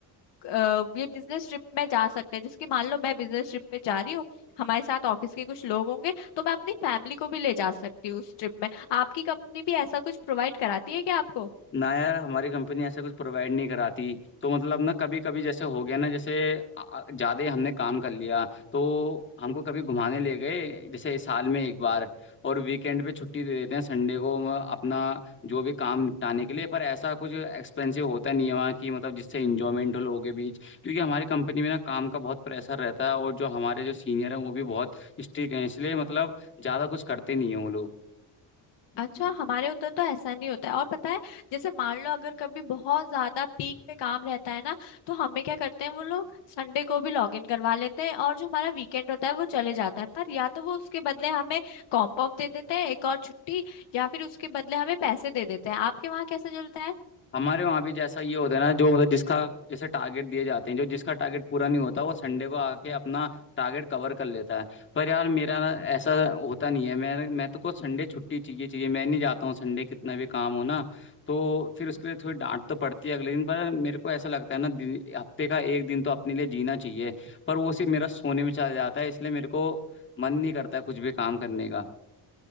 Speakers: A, on the left; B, on the left.
A: अ, ये बिजनेस ट्रिप में जा सकते हैं जैसे कि मान लो मैं बिजनेस ट्रिप पे जा रही हूँ हमारे साथ ऑफिस के कुछ लोग होंगे तो मैं अपनी फैमिली को भी ले जा सकती हूँ उस ट्रिप में आपकी कंपनी भी ऐसा कुछ प्रोवाइड कराती है क्या आपको
B: ना यार हमारी कंपनी ऐसा कुछ प्रोवाइड नहीं कराती तो मतलब ना कभी कभी जैसे हो गया ना जैसे ज़्यादा ही हमने काम कर लिया तो हमको कभी घुमाने ले गए जैसे इस साल में एक बार और वीकेंड पे छुट्टी दे देते हैं संडे को हम अपना जो भी काम निपटाने के लिए पर ऐसा कुछ एक्सपेंसिव होता नहीं है वहाँ की मतलब जिससे इंजॉयमेंट हो लोगों के बीच क्योंकि हमारी कंपनी में ना काम का बहुत प्रेशर रहता है और जो हमारे जो सीनियर हैं वो भी बहुत स्ट्रिक्ट हैं इसलिए मतलब ज़्यादा कुछ करते नहीं हैं वो
A: अच्छा
B: लोग
A: हमारे उधर तो ऐसा नहीं होता है और पता है जैसे मान लो अगर कभी बहुत ज्यादा पीक पे काम रहता है ना तो हमें क्या करते हैं वो लोग संडे को भी लॉग इन करवा लेते हैं और जो हमारा वीकेंड होता है वो चले जाता है पर या तो वो उसके बदले हमें कॉम्प ऑफ दे देते हैं एक और छुट्टी या फिर उसके बदले हमें पैसे दे देते हैं आपके वहां कैसे चलता है
B: हमारे वहाँ भी जैसा ये होता है ना जो मतलब जिसका जैसे टारगेट दिए जाते हैं जो जिसका टारगेट पूरा नहीं होता वो संडे को आके अपना टारगेट कवर कर लेता है पर यार मेरा ना ऐसा होता नहीं है मैं मैं तो को संडे छुट्टी चाहिए चाहिए मैं नहीं जाता हूँ संडे कितना भी काम हो ना तो फिर उसके लिए थोड़ी डांट तो पड़ती है अगले दिन पर मेरे को ऐसा लगता है ना दिन- हफ्ते का एक दिन तो अपने लिए जीना चाहिए पर वो सिर्फ मेरा सोने में चला जाता है इसलिए मेरे को मन नहीं करता है कुछ भी काम करने का